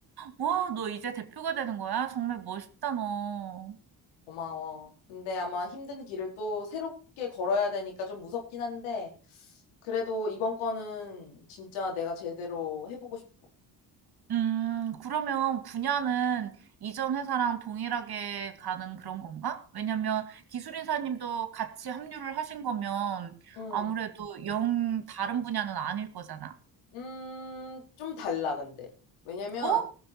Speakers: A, on the right; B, on the left.
A: 와, 너 이제 대표가 되는 거야? 정말 멋있다, 너.
B: 고마워. 근데 아마 힘든 길을 또 새롭게 걸어야 되니까 좀 무섭긴 한데, 그래도 이번 거는 진짜 내가 제대로 해보고 싶어.
A: 음, 그러면 분야는 이전 회사랑 동일하게 가는 그런 건가? 왜냐면 기술인사님도 같이 합류를 하신 거면
B: 음,
A: 아무래도 영 다른 분야는 아닐 거잖아.
B: 음, 좀 달라, 근데. 왜냐면,
A: 어?